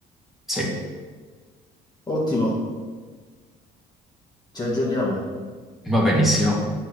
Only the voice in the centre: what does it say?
Sì,
va benissimo.